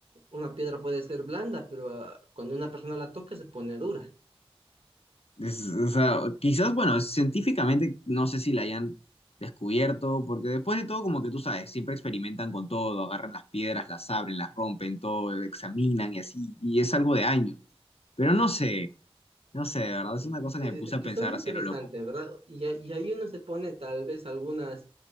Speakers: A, on the right; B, on the left.
A: una piedra puede ser blanda, pero ah, cuando una persona la toca se pone dura.
B: Es- o sea, quizás, bueno, científicamente no sé si la hayan descubierto, porque después de todo, como que tú sabes, siempre experimentan con todo, agarran las piedras, las abren, las rompen, todo, examinan y así, y es algo de años. Pero no sé. No sé, de verdad, es
A: y-
B: una cosa que
A: eh,
B: me puse
A: Es
B: a
A: que
B: pensar
A: son interesantes,
B: hacia lo loco.
A: ¿verdad? Y, a- y ahí uno se pone tal vez algunas,